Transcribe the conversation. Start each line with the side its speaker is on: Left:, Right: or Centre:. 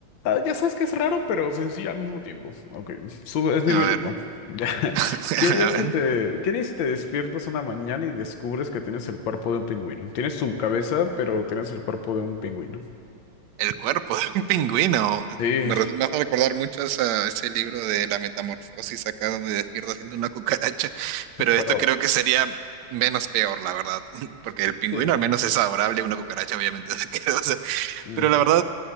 Left: ya sabes que es raro, pero sencillo al mismo tiempo. Ok, sube, es nivel
Right: A ver.
Left: uno. <laughs>
Right: <laughs>
Left: ¿Qué harías
Right: A
Left: si
Right: ver.
Left: te, qué harías si te despiertas una mañana y descubres que tienes el cuerpo de un pingüino? Tienes tu cabeza, pero tienes el cuerpo de un pingüino.
Right: El cuerpo de un pingüino.
Left: Sí,
Right: Me, re- me hace recordar mucho a esa- ese libro de La Metamorfosis, acá donde despierta siendo una cucaracha. Pero
Left: pero...
Right: esto creo que sería menos peor, la verdad. <laughs> Porque el pingüino
Left: Sí.
Right: al menos es adorable, una cucaracha obviamente es <laughs> asquerosa.
Left: Ujú.
Right: Pero la verdad,